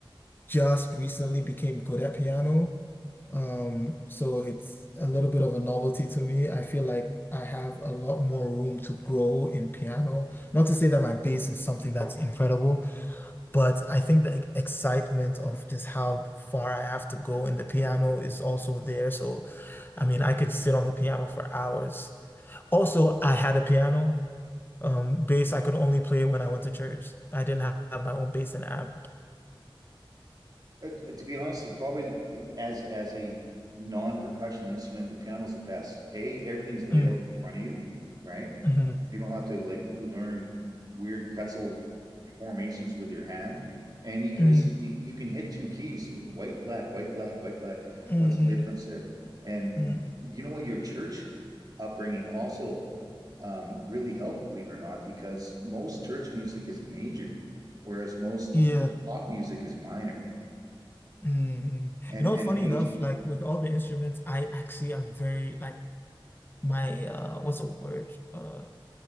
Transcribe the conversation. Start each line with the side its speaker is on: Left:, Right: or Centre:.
Left: just recently became good at piano. Um, so it's a little bit of a novelty to me. I feel like I have a lot more room to grow in piano. Not to say that my bass is something that's incredible, But I think the excitement of just how far I have to go in the piano is also there. So, I mean, I could sit on the piano for hours. Also, I had a piano. Um, bass, I could only play when I went to church. I didn't have have my own bass and amp.
Right: Uh, to be honest, probably uh, as as a non-percussion instrument, the piano's the best. A, everything's laid
Left: Mm,
Right: out in front of you, right?
Left: mhm,
Right: You don't have to like learn weird pretzel formations with your hand, and you can
Left: mm,
Right: just you, you can hit two keys, white, black, white, black, white, black.
Left: mm,
Right: What's the
Left: mm,
Right: difference there? And
Left: mm.
Right: you know what? Your church upbringing also um, really helped, believe it or not, because most church music is major, whereas most
Left: Yeah.
Right: pop music is minor.
Left: Mm.
Right: And
Left: You know,
Right: and
Left: funny
Right: major,
Left: enough, like with all the instruments, I actually am very like my uh what's the word? Uh,